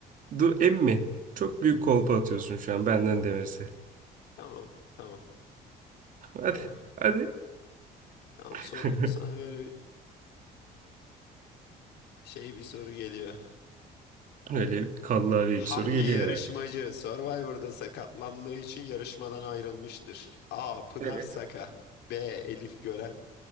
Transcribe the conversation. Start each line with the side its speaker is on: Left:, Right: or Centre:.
Right: dur emmi. Çok büyük kolpa atıyorsun şu an benden demesi.
Left: Tamam, tamam,
Right: Hadi.
Left: tamam.
Right: Hadi.
Left: Tamam
Right: <laughs>
Left: soru sana böyle şey bir soru geliyor.
Right: Öyle kallavi
Left: Hangi
Right: bir soru geliyor
Left: yarışmacı
Right: herhalde.
Left: Survivor'da sakatlandığı için yarışmadan ayrılmıştır? A. Pınar
Right: Evet.
Left: Saka B. Elif Gören